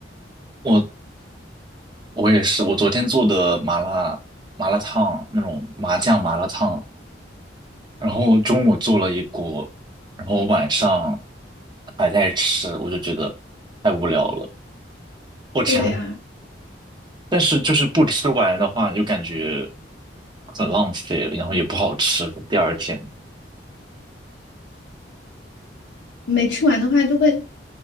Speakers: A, on the right; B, on the left.
A: 我我也是，我昨天做的麻辣麻辣烫那种麻酱麻辣烫，然后中午做了一锅，然后晚上还在吃，我就觉得太无聊了。我天！
B: 对呀，
A: 但是就是不吃完的话，就感觉很浪费了然后也不好吃。第二天
B: 没吃完的话就会